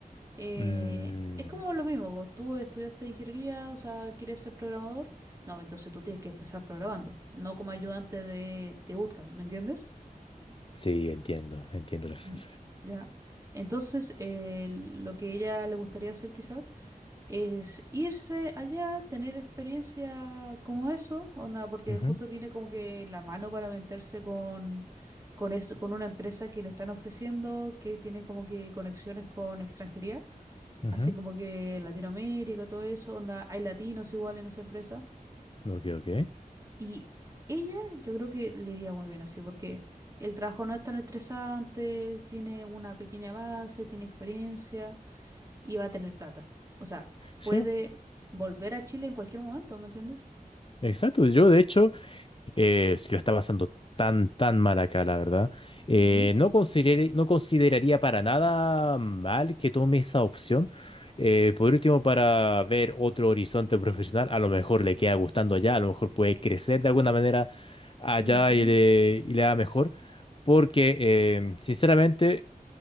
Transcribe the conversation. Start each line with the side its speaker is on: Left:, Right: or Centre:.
Right: Eh,
Left: Mm,
Right: es como lo mismo, como tú estudiaste ingeniería, o sea, quieres ser programador, no, entonces tú tienes que empezar programando, no como ayudante de, de bootcamp, ¿me entiendes?
Left: sí, entiendo, entiendo la sensación.
Right: Mm, Ya. Entonces, eh, lo que ella le gustaría hacer quizás es irse allá, tener experiencia como eso, onda, porque
Left: Ujú,
Right: justo tiene como que la mano para meterse con, con, esto- con una empresa que le están ofreciendo, que tiene como que conexiones con extranjería,
Left: ujú.
Right: así como que Latinoamérica, todo eso, onda, hay latinos igual en esa empresa.
Left: Ok, ok.
Right: Y ella yo creo que le iría muy bien así, porque el trabajo no es tan estresante, tiene una pequeña base, tiene experiencia y va a tener plata. O sea,
Left: Sí,
Right: puede volver a Chile en cualquier momento, ¿me entiendes?
Left: exacto. Yo, de hecho, eh, si la está pasando tan, tan mal acá, la verdad, eh,
Right: Ujú,
Left: no consideré- no consideraría para nada mal que tome esa opción. Eh, por último, para ver otro horizonte profesional, a lo mejor le queda gustando allá, a lo mejor puede crecer de alguna manera allá
Right: ujú,
Left: y le, y le da mejor. Porque, em, sinceramente,